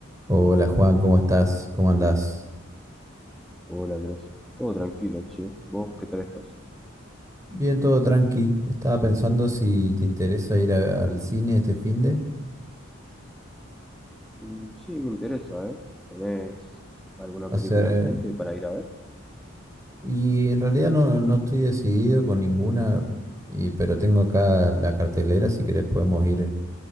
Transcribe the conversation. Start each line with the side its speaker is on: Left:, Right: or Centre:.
Right: Hola Juan, ¿cómo estás? ¿Cómo andás?
Centre: Hola Andrés, todo tranquilo, che. ¿Vos qué tal estás?
Right: Bien, todo tranqui. Estaba pensando si te interesa ir a- al cine este finde.
Centre: Mm, sí, me interesa, ¿eh? ¿Tenés alguna
Right: Hacer,
Centre: película
Right: eh,
Centre: en mente para ir a ver?
Right: y en realidad no, no estoy decidido con ninguna, y- pero tengo acá la cartelera, si querés podemos ir,